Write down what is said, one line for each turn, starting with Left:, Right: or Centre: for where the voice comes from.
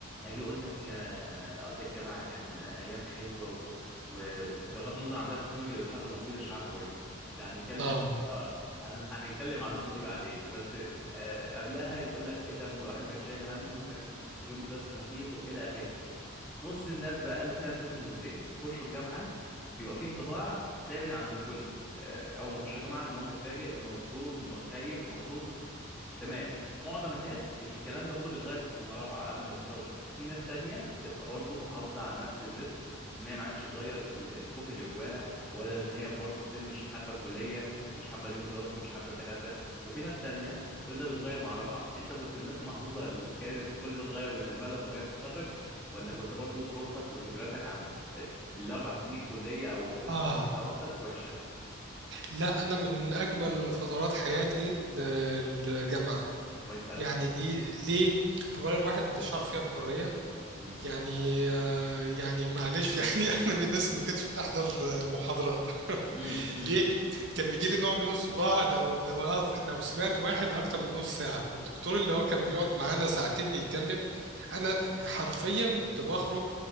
Centre: هاجي اقول لك آه، قبل الجامعه كان ايام حلوه و- و- ده بغض النظر عن ثالثه ثانوي اللي بتحدد مصير الشعب كله لا هنتكلم
Right: اه
Centre: اه هن- هنتكلم عن النقطة دي بعدين بس آه قبلها يقول لك ايه ده ما هو الواحد ما كانش شايل هم وكان اليوم الدراسي خفيف والى اخره نص الناس بقى الناس هنا بتتقسم نصين يخشوا الجامعة بيبقى في انطباع ثابت عند الكل آه اول ما يخش الجامعة ان هو متفاجئ مصدوم خايف مخضوض تمام معظم الناس الكلام ده كله بيتغير في سنه رابعه قبل ما يتخرج وفي ناس تانية بتبقى برضو محافظه على نفس الريتم ان هي ما عرفتش تغير ال- الخوف اللي جواها ولا ان هي برضو ستيل مش حابه الكليه ومش حابه اليوم الدراسي ومش حابه الدكاتره وفي ناس تانية كل ده بيتغير مع رابعه انت كنت من الناس المحظوظه اللي كانت كل ده اتغير بالنسبه لهم وهي تتخرج ولا
Right: <laughs>
Centre: كنت برضو صورتك وذكرياتك عن ال- الاربع سنين كليه او وات ايفر
Right: آه
Centre: خمس سنين او اكتر وحشه
Right: لا أنا من أجمل فترات حياتي ال- الجامعة
Centre: كويس قوي
Right: يعني دي ليه؟ أولا الواحد شعر فيها بحرية
Centre: امم
Right: يعني آه يعني معلش <laughs> يعني أنا من الناس اللي ما كانتش بتحضر آه، محاضرات
Centre: امم
Right: ليه كان بيجي لي نوع من الصداع لو لو أنا- لو سمعت واحد اكتر من نص ساعه فالدكتور اللي هو كان بيقعد معانا ساعتين يتكلم انا حرفيا كنت بخرج